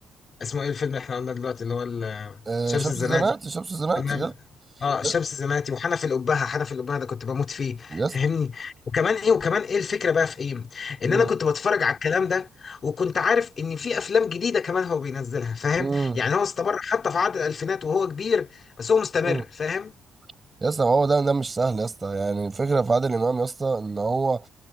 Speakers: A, on the left (about 45°); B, on the right (about 25°).
A: اسمه إيه الفيلم اللي إحنا قلنا دلوقتي اللي هو ال-
B: آه،
A: شمس
B: شمس
A: الزناتي
B: الزناتي شمس الزناتي
A: تمام
B: يس
A: اه شمس
B: يس
A: زناتي وحنف الأبهة حنف الأبهة ده كنت بموت فيه
B: يس.
A: فاهمني وكمان ايه وكمان ايه الفكرة بقى في ايه ان
B: مم.
A: انا كنت بتفرج على الكلام ده وكنت عارف ان في افلام جديدة كمان هو بينزلها فاهم
B: مم.
A: يعني هو استمر حتى في عقد الالفينات وهو كبير بس هو مستمر
B: مم.
A: فاهم
B: يا اسطى ما هو ده ده مش سهل يا اسطى يعني الفكره في عادل امام يا اسطى ان هو